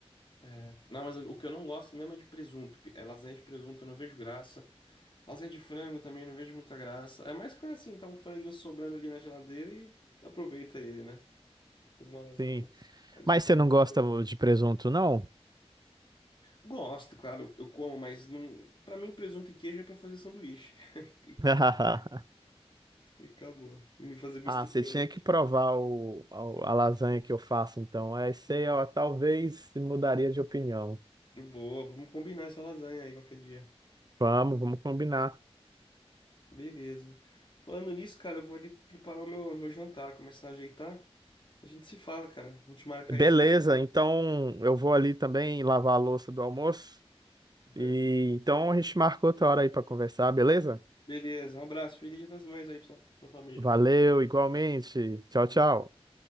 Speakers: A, on the left; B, on the right.
A: É. Não, mas o que eu não gosto mesmo é de presunto. É lasanha de presunto, eu não vejo graça. Lasanha de frango também, eu não vejo muita graça. É mais coisa assim, tá um franguinho sobrando ali na geladeira e aproveita ele, né? Faz uma lasanha,
B: Sim.
A: mas a de
B: Mas
A: carne.
B: você não gosta de presunto, não?
A: Gosto, claro, eu como, mas não... para mim presunto e queijo é pra fazer sanduíche. <laughs>
B: <laughs>
A: E acabou. Me fazer misto
B: Ah, você
A: quente.
B: tinha que provar o, a, a lasanha que eu faço, então. É isso aí, ó, talvez mudaria de opinião.
A: Boa, vamos combinar essa lasanha aí qualquer dia.
B: Vamos, vamos combinar.
A: Beleza. Falando nisso, cara, eu vou ali preparar o meu, meu jantar, começar a ajeitar. A gente se fala, cara. A gente marca
B: Beleza,
A: aí esse almoço.
B: então eu vou ali também lavar a louça do almoço.
A: Perfeito.
B: E então a gente marca outra hora aí para conversar, beleza?
A: Beleza, um abraço. Feliz Dia das Mães aí pra sua, pra sua família.
B: Valeu,
A: pras mães.
B: igualmente. Tchau,
A: Valeu.
B: tchau.